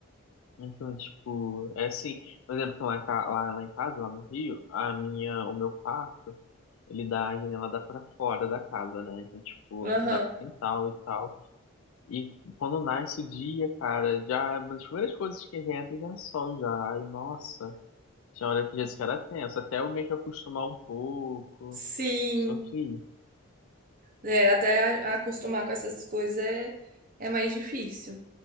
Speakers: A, on the left; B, on the right.
A: Então, tipo, é assim, por exemplo, que lá, em ca- lá, lá em casa, lá no Rio, a minha, o meu quarto, ele dá, a janela dá pra fora da casa, né? Então, tipo,
B: Aham.
A: dá pro quintal e tal. E quando nasce o dia, cara, já, uma das primeiras coisas que já entra já é sol já. E, nossa, tinha hora que já se era tenso, até eu meio que acostumar um pouco.
B: Sim.
A: Sofri.
B: É, até a- acostumar com essas coisas é, é mais difícil.